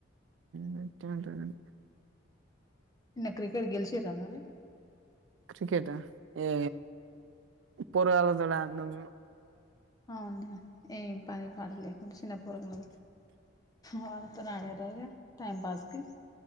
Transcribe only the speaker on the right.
మ్ అట్టే ఉంటదం
క్రికెటా ఏ పోరగాన్లతోట్ ఆడినం.